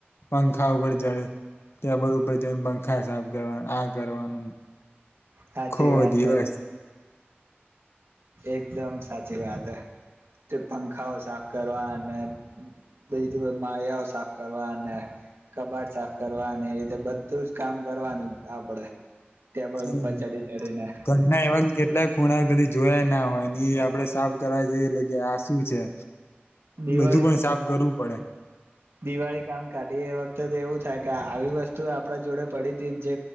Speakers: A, on the left; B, on the right.
A: પંખા ઉપર ચડે ટબર ઉપર જને પંખા સાફ કરવા આ કરવાનું
B: હાચી
A: ખો
B: વાત
A: દિવસ
B: એકદમ સાચી વાત હ તે પંખાઓ સાફ કરવા અને બીજું માળયાઓ સાફ કરવા અને કબાટ સાફ કરવા અને એ રીતે બધું જ કામ કરવાનું આપડે ટેબલ
A: હમ
B: ઉપર ચડી ચડીને
A: ઘરના એવા જેટલા ખૂણા કદીી જોયા ના હોય એ આપડે સાફ કરવા જઈએટલે કે આ શું છે
B: દિવાળી
A: બધું પણ સાફ કરવું પડે
B: દિવાળી કામ કાઢી એ વખ અ તો એવું થાય કે આવી વસ્તુ આપડા જોડે પડી હતી જે